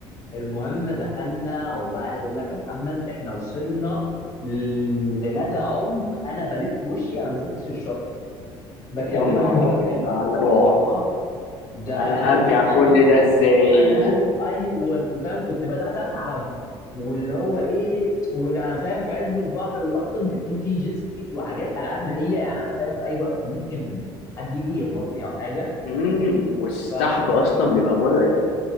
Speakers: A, on the left (about 35°); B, on the left (about 80°).
A: المهم دخلنا والله عايز اقول لك يا محمد احنا وصلنا لمدى عمق انا بلف وشي انا ما شفتش الشط بكلمك
B: يا نهار
A: بامانه
B: أبيض على الرعب
A: والله ده
B: انا
A: فانا
B: هرجع
A: ما فاهم
B: كل ده ازاي
A: انا هل... ايوه فاهم كنت بدات اتعب واللي هو ايه واللي انا فاهم في عز البحر واصلا بيكون في جيت سكيز وحاجات العاب مائيه يعني انا فاهم في اي وقت ممكن حد يجي يخبطني او حاجه
B: امم والسحب
A: ف
B: اصلا بيبقى مرعب